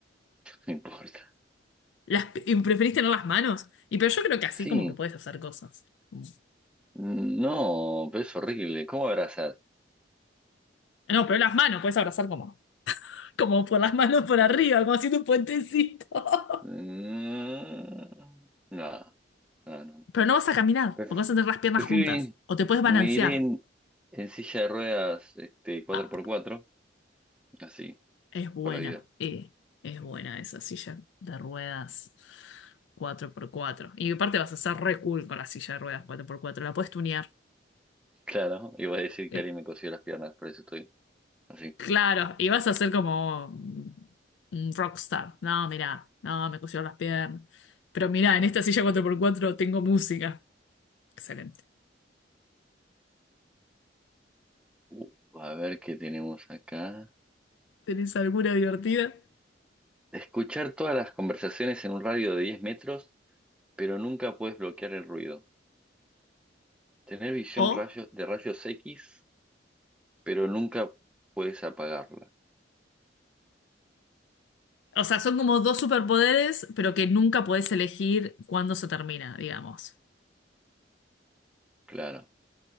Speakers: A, in the centre; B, on the left.
A: no importa.
B: Las, pi- y preferís tener las manos. Y pero yo creo que así
A: Sí,
B: como que puedes hacer cosas. Como-
A: Mm, No, pero es horrible. ¿Cómo abrazas?
B: No, pero las manos, puedes abrazar como, como por las manos por arriba, como haciendo un puentecito. <laughs>
A: Mm, No, no, no.
B: Pero no vas a caminar,
A: Pref-
B: porque vas a tener las piernas
A: Prefiero
B: juntas.
A: ir-
B: O te puedes
A: me
B: balancear.
A: iré en, en silla de ruedas este, cuatro
B: Ah,
A: por cuatro, así,
B: Es buena,
A: por la vida.
B: eh, es buena esa silla de ruedas cuatro por cuatro Y aparte vas a ser re cool con la silla de ruedas cuatro por cuatro la puedes tunear.
A: <laughs> Claro, iba a decir
B: Eh,
A: que alguien me cosió las piernas, por eso estoy así.
B: claro, y vas a ser como un rockstar. No, mirá, no, me cosieron las piernas. Pero mirá, en esta silla cuatro por cuatro tengo música. Excelente.
A: Uh, a ver qué tenemos acá.
B: ¿Tenés alguna divertida?
A: Escuchar todas las conversaciones en un radio de 10 metros, pero nunca puedes bloquear el ruido. Tener visión
B: O,
A: rayo- de rayos X, pero nunca puedes apagarla.
B: o sea, son como dos superpoderes, pero que nunca podés elegir cuándo se termina, digamos.
A: Claro,